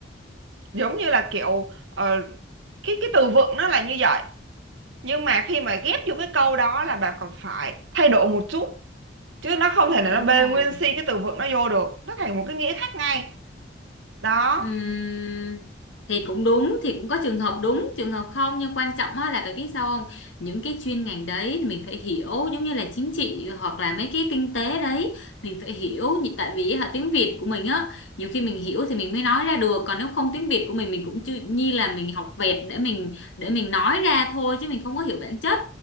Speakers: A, on the right (about 85°); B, on the left (about 85°).
A: giống như là kiểu ờ, cái cái từ vựng nó là như vậy, nhưng mà khi mà ghép vô cái câu đó là bà còn phải thay đổi một chút chứ nó không thể nào
B: đúng
A: nó bê
B: rồi.
A: nguyên si cái từ vựng nó vô được nó thành một cái nghĩa khác ngay đó
B: Ừm, thì cũng đúng thì cũng có trường hợp đúng trường hợp không nhưng quan trọng á là phải biết sao không những cái chuyên ngành đấy thì mình phải hiểu giống như là chính trị hoặc là mấy cái kinh tế đấy mình phải hiểu nhị- tại vì hả tiếng Việt của mình á nhiều khi mình hiểu thì mình mới nói ra được còn nếu không tiếng Việt của mình mình cũng chưa như là mình học vẹt để mình để mình nói ra thôi chứ mình không có hiểu bản chất